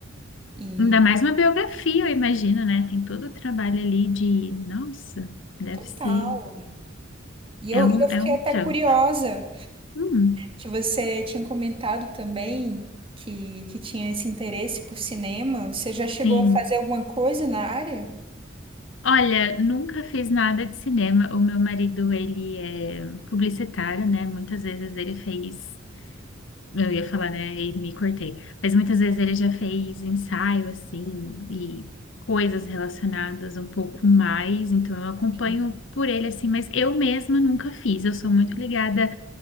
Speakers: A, on the right (about 30°); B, on the left (about 70°).
A: e
B: Ainda mais uma biografia, eu imagino, né? Tem todo o trabalho ali de. Nossa, deve
A: total.
B: ser.
A: E eu,
B: É um,
A: e eu fiquei
B: é um
A: até
B: trampo.
A: curiosa
B: Hum,
A: que você tinha comentado também que, que tinha esse interesse por cinema. Você já chegou
B: sim.
A: a fazer alguma coisa na área?
B: Olha, nunca fiz nada de cinema. O meu marido, ele é publicitário, né? Muitas vezes ele fez. Eu ia falar, né? E me cortei. Mas muitas vezes ele já fez ensaio, assim, e coisas relacionadas um pouco mais. Então eu acompanho
A: Sim.
B: por ele, assim, mas eu mesma nunca fiz. Eu sou muito ligada